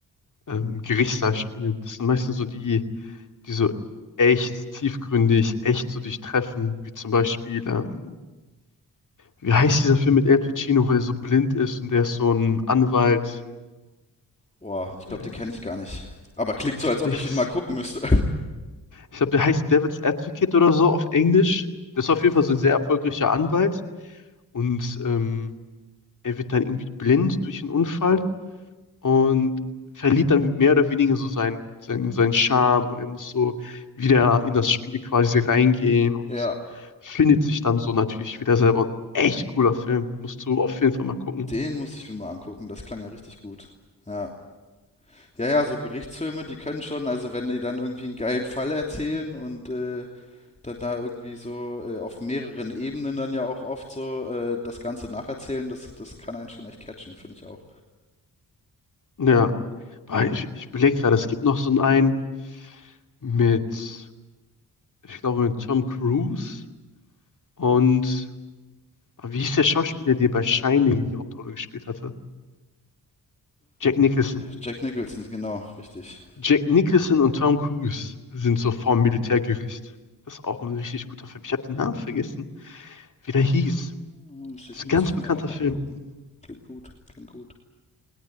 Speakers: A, on the left; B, on the left.
A: ähm, Gerichtssaal spielen, das sind meistens so die, die so echt tiefgründig, echt so dich treffen, wie zum Beispiel, ähm, wie heißt dieser Film mit Al Pacino, wo der so blind ist und der ist so ein Anwalt.
B: Boah, ich
A: Äh,
B: glaube, den kenne ich gar nicht. Aber klingt
A: ich
B: so, als
A: glaube,
B: ob
A: der
B: ich
A: hieß,
B: ihn mal gucken müsste.
A: ich glaube, der heißt Devil's Advocate oder so auf Englisch. Der ist auf jeden
B: <laughs>
A: Fall so ein sehr erfolgreicher Anwalt. Und ähm, er wird dann irgendwie blind durch einen Unfall und verliert dann mehr oder weniger so seinen seinen seinen Charme und er muss so wieder in das Spiel quasi reingehen und
B: Ja,
A: findet sich dann so natürlich wieder selber. Und echt cooler Film. Musst du auf jeden Fall mal gucken.
B: den muss ich mir mal angucken. Das klang ja richtig gut. Ja, ja, ja, so Gerichtsfilme, die können schon, also wenn die dann irgendwie einen geilen Fall erzählen und äh, dann da irgendwie so äh, auf mehreren Ebenen dann ja auch oft so äh, das Ganze nacherzählen, das, das kann einen schon echt catchen, finde ich auch.
A: Ja. Aber ich, ich überlege gerade, es gibt noch so einen mit, ich glaube, mit Tom Cruise und aber wie hieß der Schauspieler, der bei Shining die Hauptrolle gespielt hatte? Jack Nicholson.
B: Jack Nicholson, genau, richtig.
A: Jack Nicholson und Tom Cruise sind so vorm Militärgericht. Das ist auch ein richtig guter Film. Ich habe den Namen vergessen, wie der hieß.
B: Muss
A: Das
B: ich,
A: ist ein
B: muss
A: ganz
B: ich
A: bekannter
B: mir auch mal
A: Film.
B: angucken. Klingt gut, klingt gut.